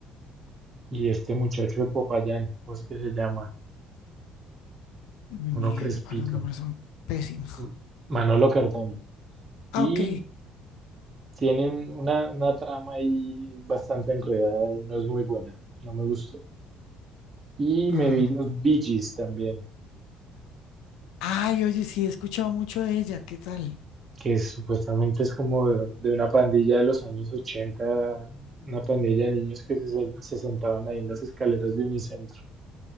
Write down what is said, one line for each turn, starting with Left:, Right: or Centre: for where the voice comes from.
Right: y este muchacho de Popayán, ¿cómo es que se llama?
Left: Mi niña,
Right: Uno crespito,
Left: yo para los nombres son pésimos.
Right: M- Manolo Cardona.
Left: Ah,
Right: Y
Left: ok.
Right: tiene un- una, una trama ahí bastante enredada y no es muy buena, no me gustó. Y
Left: Ajá.
Right: me vi los Bee Gees también,
Left: Ay, oye, sí he escuchado mucho de ella. ¿Qué tal?
Right: que supuestamente es como de, de una pandilla de los años 80, una pandilla de niños que se, se- se sentaban ahí en las escaleras de Unicentro.